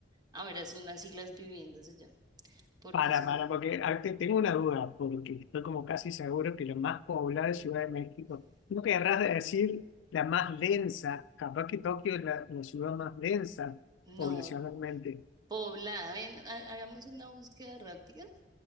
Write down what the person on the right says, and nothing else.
ahora son así las viviendas allá, porque
eso
no
poblada. Ven, ha- hagamos una búsqueda rápida